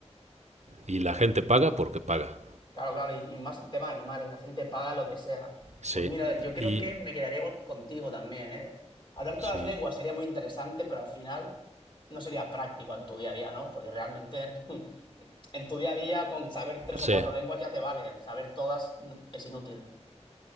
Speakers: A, on the right; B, on the left.
A: Y la gente paga porque paga.
B: Claro, claro, y, y más el tema de animales, la gente paga lo que sea.
A: Sí.
B: Pues mira, yo creo
A: Y
B: que me quedaría igual contigo también, ¿eh? Hablar todas
A: sí.
B: las lenguas sería muy interesante, pero al final no sería práctico en tu día a día, ¿no? Porque realmente <laughs> en tu día a día con saber tres
A: Sí.
B: o cuatro lenguas ya te vale, saber todas mm, es inútil.